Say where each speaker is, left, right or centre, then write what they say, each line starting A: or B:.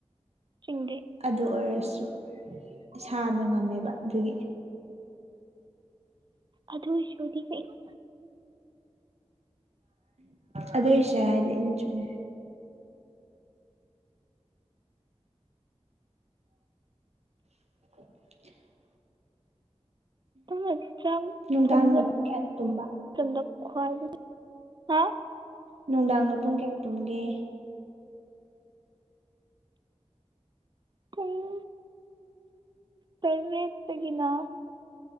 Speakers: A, on the right; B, on the right.
A: ꯆꯤꯡꯗꯩ
B: ꯑꯗꯨ ꯑꯣꯏꯔꯁꯨ ꯏꯁꯥꯗ ꯉꯝꯃꯦꯕ ꯑꯗꯨꯒꯤ
A: ꯑꯗꯨꯏꯁꯨꯗꯤ ꯀꯩꯅꯣ
B: ꯑꯗꯨꯏꯁꯨ ꯍꯥꯏꯔꯗꯤ ꯑꯩꯅ ꯆꯨꯝꯃꯦ <unintelligible>
A: ꯅꯪꯅ ꯆꯥꯛ
B: ꯅꯨꯡꯗꯥꯡꯅ
A: ꯊꯣꯡꯕ
B: ꯄꯨꯡ ꯀꯌꯥꯗ ꯇꯨꯝꯕ
A: ꯃꯇꯝꯗ ꯈ꯭ꯋꯥꯏꯗꯒꯤ ꯍꯥ
B: ꯅꯨꯡꯗꯥꯡꯅ ꯄꯨꯡ ꯀꯌꯥ ꯇꯨꯝꯒꯦ
A: ꯄꯨꯡ ꯇꯔꯦꯠ ꯇꯒꯤꯅ